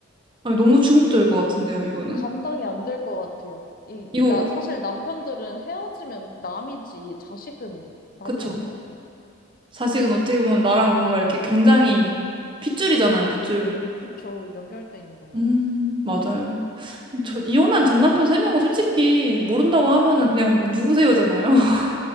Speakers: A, on the right (about 25°); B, on the left (about 45°).
A: 아니, 너무 충격적일 것 같은데요, 이거는.
B: 감당이 안 될 것 같아요. 이,
A: 이거,
B: 나, 사실 남편들은 헤어지면 남이지, 자식은 남이
A: 그쵸.
B: 아니잖아요.
A: 자식은 어떻게 보면 나랑 뭔가 이렇게 굉장히 핏줄이잖아요, 핏줄.
B: 그쵸, 연결돼 있는 건데.
A: 음, 맞아요. 저,
B: 음,
A: 이혼한 전 남편 세 명은 솔직히 모른다고 하면은 그냥 누구세요잖아요. <laughs>